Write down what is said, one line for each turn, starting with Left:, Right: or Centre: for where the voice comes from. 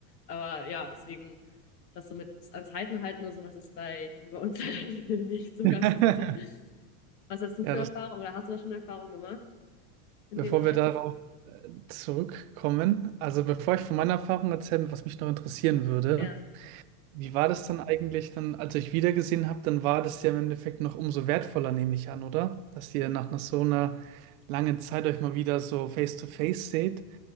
Left: Aber ja, deswegen, das so mit ans Halten halten oder sowas ist bei, bei uns <laughs> halt nicht so
Right: <laughs>
Left: ganz drin. Was hast du
Right: Ja,
Left: für
Right: das,
Left: Erfahrungen oder hast du da schon Erfahrungen gemacht in
Right: bevor
Left: dem Bereich?
Right: wir darauf zurückkommen, also bevor ich von meiner Erfahrung erzähle, was mich noch interessieren würde,
Left: Ja.
Right: Wie
Left: ja.
Right: war das dann eigentlich dann, als ihr euch wiedergesehen habt, dann war das ja im Endeffekt noch umso wertvoller, nehme ich an, oder? Dass ihr nach einer so einer langen Zeit euch mal wieder so face to face seht.